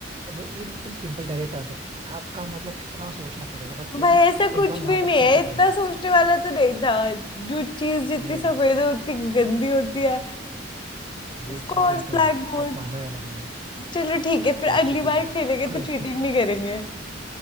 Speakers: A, on the right; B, on the left.
A: वो एकदम सिंपल डायरेक्ट आंसर था आपका मतलब कितना सोचना पड़ेगा बट फिर
B: भाई
A: भी
B: ऐसा कुछ
A: इंसान वहां
B: भी नहीं
A: तक सोचेगा
B: है इतना
A: ही नहीं
B: सोचने वाला तो नहीं था जो चीज जितनी
A: नहीं
B: सफेद
A: नहीं
B: होती गंदी होती है
A: ये
B: ऑफ
A: चीटिंग
B: कोर्स
A: तो
B: ब्लैक
A: है
B: बोर्ड
A: आप मानो या ना मानो
B: चलो ठीक है फिर
A: ये
B: अगली
A: चीटिंग
B: बार
A: है
B: खेलेंगे
A: कोई
B: तो चीटिंग
A: नहीं
B: नहीं करेंगे